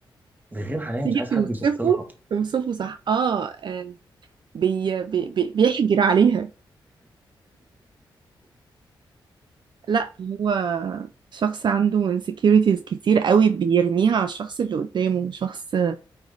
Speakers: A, on the right; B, on the right.
A: بيغير عليها
B: تيجي
A: مش عايز
B: توصفه
A: حد يبص لها
B: توصفه صح اه آه، بي بي بي- بيحجر عليها لا هو شخص عنده insecurities كتير قوي بيرميها على الشخص اللي قدامه شخص